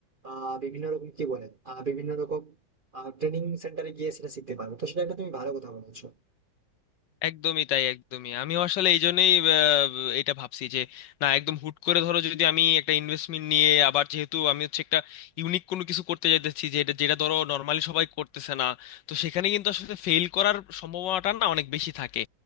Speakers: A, on the right (about 45°); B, on the left (about 70°).
A: আহ বিভিন্ন রকম কি বলে আহ বিভিন্ন রকম ট্রেনিং সেন্টারে গিয়ে সেটা শিখতে পারবো তো সেটা একটা তুমি ভালো কথা বলেছো
B: একদমই তাই একদমই আমি আসলে এই জন্যই আহ, এটা ভাবছি যে না একদম হুট করে ধরো যদি আমি একটা ইনভেস্টমেন্ট নিয়ে আবার যেহেতু আমি হচ্ছে একটা ইউনিক কোনো কিছু করতে যাচ্ছি যে এটা যেটা ধরো নর্মালি সবাই করতেছে না তো সেখানে কিন্তু আসলে ফেল করার সম্ভাবনাটা না অনেক বেশি থাকে